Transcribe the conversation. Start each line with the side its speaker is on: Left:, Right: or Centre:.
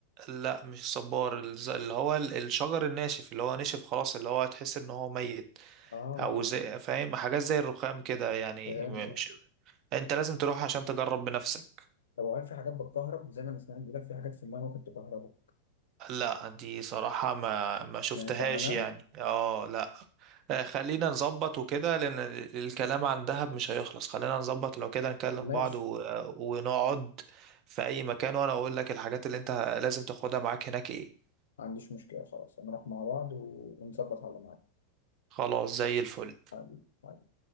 Right: لا مش صبار الز- اللي هو ال- الشجر الناشف اللي هو نشف خلاص اللي هو تحس ان هو ميت
Left: اه
Right: او زي فاهم حاجات زي الرخام كده يعني
Left: فهمت
Right: م- مش انت لازم تروح عشان تجرب بنفسك
Left: طب وهل في حاجات بتكهرب زي ما انا سمعت بيقول لك في حاجات في المايه ممكن تكهربه ما
Right: لا دي صراحة ما ما شفتهاش
Left: سمعتش عنها
Right: يعني اه لا آه، خلينا نظبط وكده لأن ال- الكلام عن دهب مش هيخلص خلينا نظبط لو كده نكلم
Left: ماشي
Right: بعض و... ونقعد في أي مكان وأنا أقول لك الحاجات اللي أنت لازم تاخدها معاك هناك إيه
Left: ما عنديش مشكله خلاص هنروح مع بعض و... ونظبط على معاك
Right: خلاص زي الفل
Left: حبيبي.